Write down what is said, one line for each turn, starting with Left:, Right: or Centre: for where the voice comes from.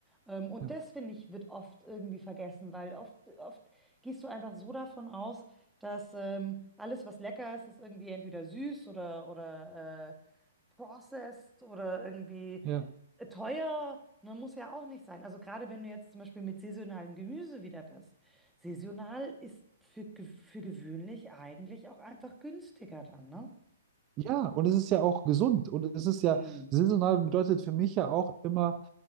Centre: Ähm, und
Right: Ja.
Centre: das, finde ich, wird oft irgendwie vergessen, weil oft, oft gehst du einfach so davon aus, dass ähm, alles, was lecker ist, ist irgendwie entweder süß oder, oder äh, processed oder irgendwie
Right: Ja.
Centre: Teuer, ne, muss ja auch nicht sein. Also gerade wenn du jetzt zum Beispiel mit saisonalem Gemüse wieder bist. Saisonal ist für, ge- für gewöhnlich eigentlich auch einfach günstiger dann, ne?
Right: ja, und es ist ja auch gesund. Und es ist
Centre: Mhm.
Right: ja, saisonal bedeutet für mich ja auch immer,